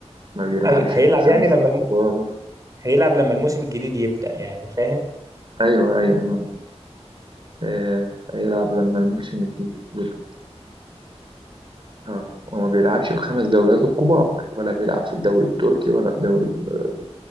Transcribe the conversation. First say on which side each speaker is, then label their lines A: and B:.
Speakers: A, on the right; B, on the right.
A: ما بيلعبش
B: أيوه
A: في
B: هيلعب
A: الخمسة
B: يعني لما
A: الكبار
B: الم... هيلعب لما الموسم الجديد يبدأ يعني فاهم
A: أيوه أيوه آه هيلعب لما الموسم الجديد يبقى آه وما بيلعبش في الخمس دوريات الكبار ولا بيلعب في الدوري التركي ولا الدوري ال-